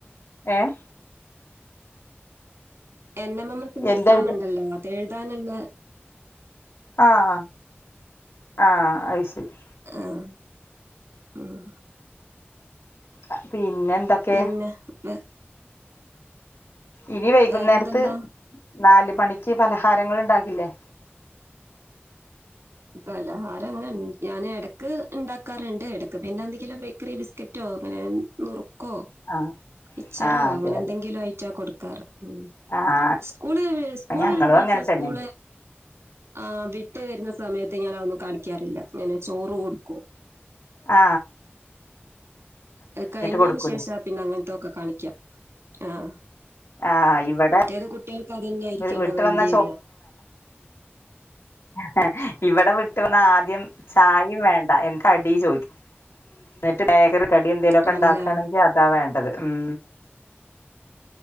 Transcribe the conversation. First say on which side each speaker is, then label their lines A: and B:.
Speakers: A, on the left; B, on the right.
A: ഏഹ്.
B: എൻ എം എം എസിന്റെ
A: എന്തെഴുത
B: എക്സാം ണ്ടല്ലോ അത് എഴുതാനള്ള
A: ആഹ് ആഹ് ആഹ് അയിശെരി.
B: ആഹ് ആഹ്.
A: അഹ് പിന്നെ എന്തൊക്കെ
B: പിന്നെ വേ-
A: ഇനി വൈകുന്നേരത്ത്
B: വേറെന്തെല്ലാം
A: നാല് മണിക്ക് പലഹാരങ്ങൾ ഉണ്ടാക്കില്ലേ?
B: പലഹാരങ്ങനെ ഞാനെടക്ക് ഇണ്ടാക്കാറ്ണ്ട്. എടക്ക് പിന്നന്തെങ്കിലും ബേക്കറി ബിസ് കറ്റോ അങ്ങനെ മുറുക്കോ
A: ആഹ്
B: മിച്ചറോ
A: ആഹ് അതെ
B: അങ്ങനെന്തെങ്കിലു
A: അതെ
B: ഐറ്റ കൊടുക്കാറ് മ്മ്
A: ആഹ്
B: സ്കൂല് സ്കൂലള്ളതാ
A: ഞങ്ങളും അങ്ങനെ
B: സാ സ്കൂല്
A: തന്നെ
B: ആ വിട്ട് വരുന്ന സമയത്ത് ഞാൻ ഒന്നും കാണിക്കാറില്ല ഞാന് ചോറ് കൊടുക്കും
A: ആ
B: അത് കഴിഞ്ഞേന്
A: കൊടുക്കൂലേ
B: ശേഷാ പിന്നങ്ങനൊത്തൊക്കെ കാണിക്ക്യ ആഹ്
A: ആഹ് ഇവിടെ
B: മറ്റേത് കുട്ടികൾക്ക് അതന്നൊയിരിക്കല്ലോ
A: വിട്ട്
B: വേണ്ടി
A: വന്ന
B: വര്യ
A: ഹേ ഇവിടെ വി വിട്ടു വന്ന ആദ്യം ചായ്‌ വേണ്ട എന്ത ടി ചോയ്ക്കും എട്ട്‌ ബേക്കറി കടി എന്തേലൊക്കെണ്ടക്കാണെങ്കി
B: ആണ്ല്ലേ
A: അതാ വേണ്ടത് ഉം....